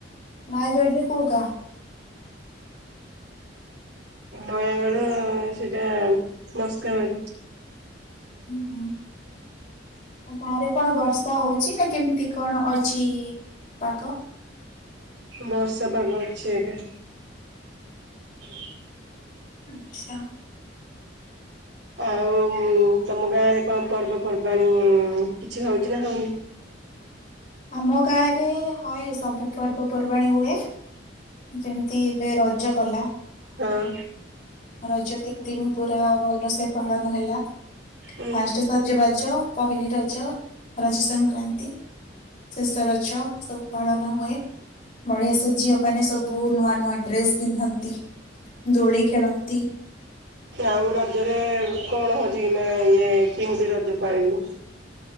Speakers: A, on the left; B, on the right.
A: ନୟାଗଡରେ କୋଉ ଗାଁ?
B: ନୟାଗଡ ସେଇଟା ମସ୍କାରେ
A: ହୁଁ ହୁଁ। ଗାଁରେ କଣ ବର୍ଷା ହୋଉଚି ନା କେମିତି କଣ ଅଛି ପାଗ?
B: ବର୍ଷା ପାଗ ଅଛି ଏବେ। ହୁଁ
A: ଆଚ୍ଛା।
B: ଆଉ ତମ ଗାଁରେ କଣ ପର୍ବ ପର୍ବାଣୀ କିଛି ହୋଉଛି ନା ହୋଉନି?
A: ଆମ ଗାଁ ରେ ହଁ ସବୁ ପର୍ବ ପର୍ବାଣୀ ହୁଏ। ଯେମିତି ଏବେ ରଜ ଗଲା।
B: ହଁ।
A: ରଜ ତିନି ଦିନ ପୁରା ଭଲସେ ପାଳନ ହେଲା
B: ଉଁ
A: ଫାଷ୍ଟେ
B: ହୁଁ।
A: ତ ସଜବାଜ ପହିଲି ରଜ ରଜ ସଂକ୍ରାନ୍ତି ଶେଷ ରଛ ସବୁ ପାଳନ ହୁଏ। ବଢିଆ ସେ ଝିଅ ମାନେ ସବୁ ନୂଆ ନୂଆ ଡ୍ରେସ ପିନ୍ଧନ୍ତି। ଦୋଳି ଖେଳନ୍ତି।
B: ଆଉ ରଜରେ କଣ ହୋଉଚି କି ନା ଇଏ କେମିତି ରଜ ପାଳିଲ?